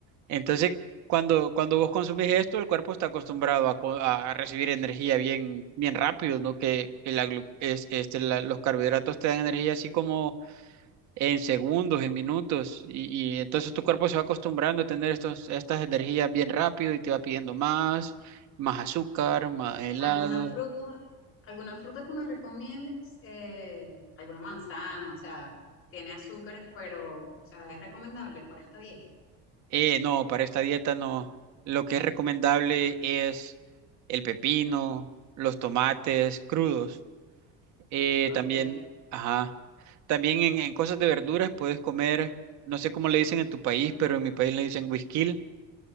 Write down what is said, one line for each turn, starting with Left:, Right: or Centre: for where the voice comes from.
Right: Entonces, cuando, cuando vos consumís esto, el cuerpo está acostumbrado a, co- a recibir energía bien, bien rápido, ¿no? Que, que la glu- es- este, la- los carbohidratos te dan energía así como en segundos, en minutos, y, y entonces tu cuerpo se va acostumbrando a tener estos, estas energías bien rápido y te va pidiendo más, más azúcar, más helado.
Left: ¿Alguna fruta, alguna fruta que me recomiendes? Eh, alguna manzana, o sea, tiene azúcares, pero, o sea, es recomendable para esta dieta.
Right: Eh, no, para esta dieta no. Lo que es recomendable es el pepino, los tomates crudos. Eh,
Left: Ok,
Right: también, ajá. También en, en cosas de verduras puedes comer, no sé cómo le dicen en tu país, pero en mi país le dicen güisquil,